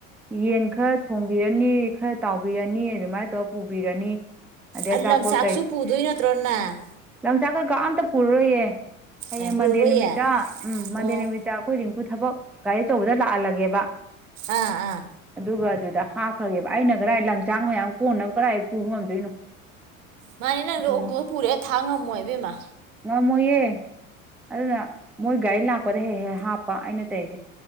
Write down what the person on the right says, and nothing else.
ꯑ
ꯂꯪꯆꯥꯛꯁꯨ ꯄꯨꯗꯣꯏ ꯅꯠꯇ꯭ꯔꯣ ꯅꯪ
ꯑꯦ ꯄꯨꯔꯔꯣꯏꯌꯦ
ꯑꯣ
ꯑꯥ ꯑꯥ
ꯃꯥꯅꯦ ꯅꯪꯗꯣ
ꯑꯣꯛꯇꯣꯗ ꯄꯨꯔꯦ ꯊꯥꯡ ꯉꯝꯃꯣꯏ ꯏꯕꯦꯝꯃ